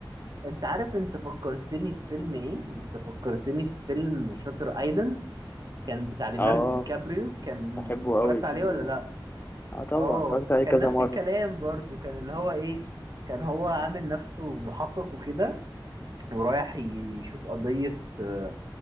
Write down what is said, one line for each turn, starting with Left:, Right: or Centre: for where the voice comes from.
Right: انت عارف انت فكرتني في فيلم ايه انت فكرتني في فيلم شاتر ايلاند كان بتاع ليوناردو
Left: اه
Right: دي كابريو كان
Left: بحبه
Right: انت اتفرجت
Left: قوي الفيلم
Right: عليه ولا
Left: ده
Right: لا
Left: اه طبعا
Right: اه
Left: اتفرجت عليه
Right: كان
Left: كذا
Right: نفس
Left: مره
Right: الكلام برضو كان اللي هو ايه كان هو عامل نفسه محقق وكده ورايح يشوف قضية آه،